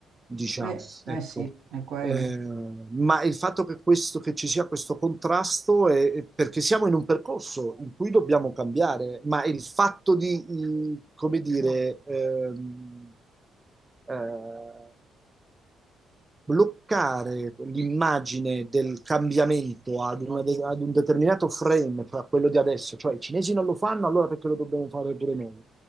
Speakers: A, on the right; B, on the right.
A: diciamo,
B: eh, eh
A: ecco.
B: sì, è quello.
A: Eh, ma il fatto che, questo, che ci sia questo contrasto è, è perché siamo in un percorso in cui dobbiamo cambiare, ma il fatto di, eh, come dire, ehm, eh, bloccare l'immagine del cambiamento ad, una de- ad un determinato frame, cioè a quello di adesso, cioè i cinesi non lo fanno, allora perché lo dobbiamo fare pure noi?